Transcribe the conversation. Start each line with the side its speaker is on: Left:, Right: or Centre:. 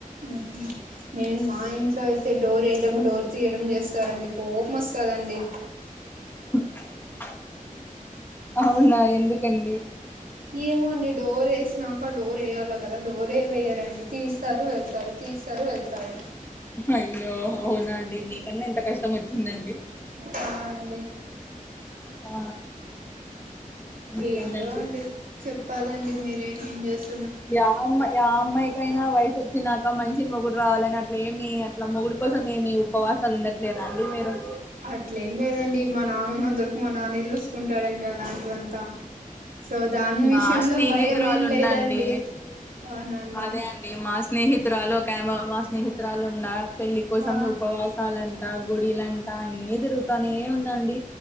Right: ఉహుమ్ నేను మా ఇంట్లో అయితే డోర్ వేయడం డోర్ తీయడం చేస్తారండి కోపం వస్తదండి.
Left: ఉహ్ అవునా ఎందుకండి
Right: ఏమోండి డోర్ వేసినాక డోర్ వేయాలి కదా డోర్ ఏ వేయ్యరండి తీస్తారు వెళ్తారు తీస్ తీస్తారు వెళ్తారు
Left: అయ్యో అవునా అండి మీకన్నా ఎంత కష్టం వచ్చిందండి
Right: హ అండి
Left: ఆ ఇంకేంటండి
Right: ఏంటో అంటే చెప్పాలండి మీరే ఏం చేస్
Left: యామై ఆ అమ్మాయికైనా వయసు వచ్చినాక మంచి మొగుడు రావాలని అట్ల ఏమి అట్లా మొగుడు కోసం ఏమి ఉపవాసాలు ఉండట్లేదండి మీరు
Right: అట్ల ఏం లేదండి మా నాన్నన్నందవరకు మా నాన్నే చూసుకుంటాడండి అలాంటివంతా సో దాని విషయంలో
Left: మా స్నేహితురాలు
Right: భయం ఏం
Left: ఉందండి
Right: లేదండి అవునండి
Left: అదే అండి మా స్నేహితురాలు ఒక మా స్నేహితురాలు ఉండ పెళ్ళి కోసం
Right: ఆ
Left: ఉపవాసం సాలంట గుడిలంట అన్ని తిరుగుతానే ఉందండి